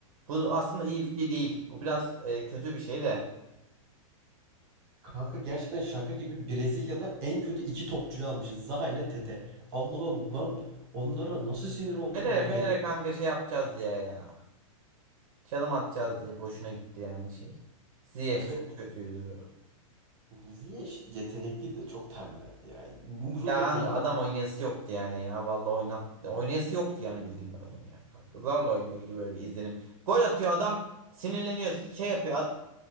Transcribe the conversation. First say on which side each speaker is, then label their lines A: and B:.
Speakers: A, on the right (about 75°); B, on the right (about 50°).
A: Bu aslında iyi bir şey değil. Bu biraz e, kötü bir şey de.
B: Kanka gerçekten şaka gibi Brezilya'da en kötü iki topçuyu almışız. Zaha ile Tete. Allah'ım ben onlara nasıl sinir oldum
A: Fener'e
B: ya.
A: Fener'e
B: Hele
A: kanka şey yapacağız diye ya. Çalım atacağız diye boşuna gitti yani şey. Ziyech
B: evet
A: çok kötüydü.
B: Ziyech yetenekli de çok tembeldi yani. Umrunda
A: Ya kanka
B: değildi
A: adam
B: adam.
A: oynayası yoktu yani ya. Vallahi oynat oynayası yoktu yani bildiğin adamın yani kanka. Zorla oynuyor gibi böyle izlenim. Gol atıyor adam sinirleniyor şey yapıyor.